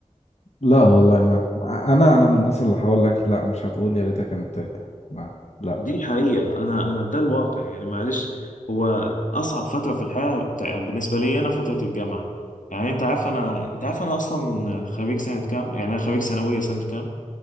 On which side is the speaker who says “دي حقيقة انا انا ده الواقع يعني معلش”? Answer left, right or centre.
Left